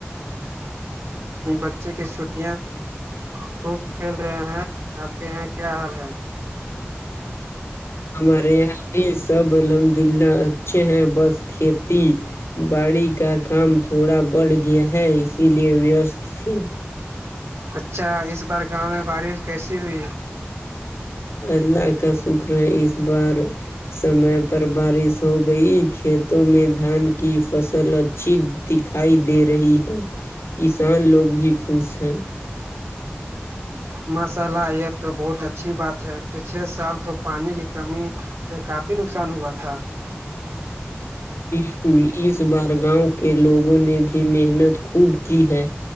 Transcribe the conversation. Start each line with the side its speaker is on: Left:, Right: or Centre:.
Right: بچے کی چھٹیاں خوب کھیل رہے ہیں آپ کے یہاں کیا حال ہے
Left: ہمارے یہاں بھی سب الحمد اللہ اچھے ہیں بس کھیتی باڑی کا کام تھوڑا بڑھ گیا ہے اسی لیے ویستست تھے
Right: اچھا اس بار گاؤں میں بارش کیسی ہوئی
Left: اللہ کا شکر ہے اس بار سمے پر بارش ہو گئی کھیتوں میں دھان کی فصل اچھی دکھائی دے رہی ہے کسان لوگ بھی خوش ہیں
Right: ماشاء اللہ یہ تو بہت اچھی بات ہے پچھلے سال تو پانی کی کمی سے کافی نقصان ہوا تھا
Left: بالکل اس بار گاؤں کے لوگوں نے بھی محنت خوب کی ہے